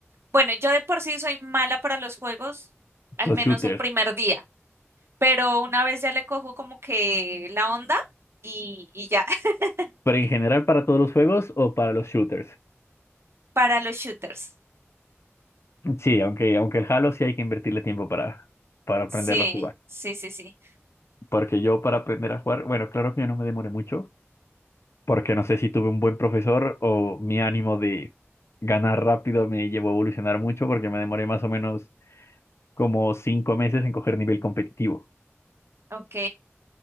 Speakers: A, on the right; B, on the left.
A: Bueno, yo de por sí soy mala para los juegos, al
B: los
A: menos
B: shooters.
A: el primer día, pero una vez ya le cojo como que la onda y, y ya, <laughs>
B: ¿Pero en general para todos los juegos o para los shooters?
A: para los shooters.
B: Sí, aunque, aunque el Halo sí hay que invertirle tiempo para, para aprenderlo
A: Sí,
B: a jugar.
A: sí, sí, sí.
B: Porque yo para aprender a jugar, bueno, claro que yo no me demoré mucho, porque no sé si tuve un buen profesor o mi ánimo de ganar rápido me llevó a evolucionar mucho, porque me demoré más o menos como cinco meses en coger nivel competitivo.
A: Ok.